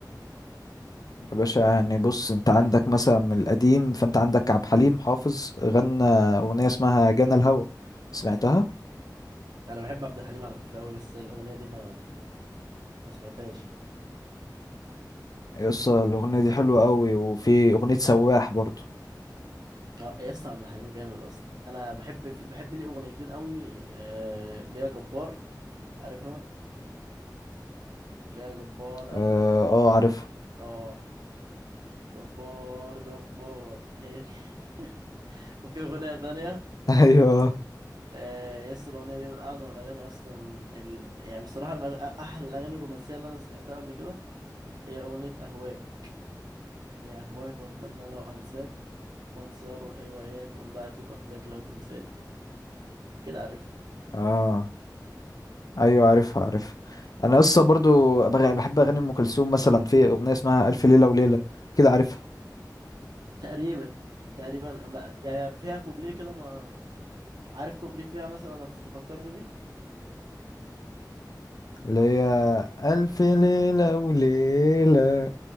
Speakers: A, on the left; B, on the right.
A: يا باشا يعني بص انت عندك مثلا من القديم فانت عندك عبد الحليم حافظ غنى اغنيه اسمها جانا الهوى سمعتها
B: انا بحب عبد الحليم على فكره قوي بس الاغنيه دي ما ما سمعتهاش
A: يس الاغنيه دي حلوه قوي وفي اغنيه سواح برضو
B: اه يا اسطى عبد الحليم جامد اصلا انا بحب في... بحب ليه اغنيتين قوي آه... ليا جبار عارفها ليا جبار قلبك
A: اه, آه عارفها
B: اه جبار جبار هي دي <laughs> وفي اغنيه تانية
A: <laughs> ايوه
B: آه يس الأغنية دي من أعظم الأغاني أصلا ال... يعني بصراحة من أغ- أحلى الأغاني الرومانسية اللي أنا سمعتها قبل كده هي أغنية أهواك يا أهواك وأتمنى لو أنساك وأنسى روحي وإياك وإن ضاعت يبقى فداك لو تنساني أكيد عارفها
A: اه ايوه عارفها عارفها انا لسه برضو بغ- بحب اغاني ام كلثوم مثلا في اغنيه اسمها الف ليله وليله كده عارفها
B: تقريبا تقريبا بقى يعني فيها كوبليه كده ما عارف كوبليه فيها مثلا أف- تفكرني بيه
A: اللي هي ألف ليلة وليلة